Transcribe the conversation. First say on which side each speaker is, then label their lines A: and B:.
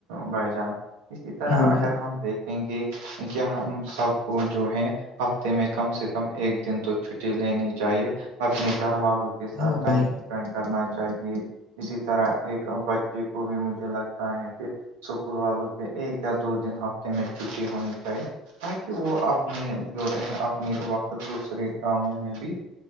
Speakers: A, on the right; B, on the left.
A: بھائی جان اسی طرح
B: ہاں بھائی
A: اگر ہم دیکھ کیا ہم سب کو جو ہے ہفتے میں کم سے کم ایک دن تو چھٹی لینی چاہیے اپنے گھر والوں کے ساتھ
B: ہاں
A: ٹائم
B: بھائی
A: اسپینڈ کرنا چاہیے اسی طرح ایک بچے کو بھی مجھے لگتا ہے کہ اسکول والوں کے ایک یا دو دن ہفتے میں چھٹی ہونی چاہی <unintelligible> وہ آنے جو اپنے وقت دوسرے کاموں میں بھی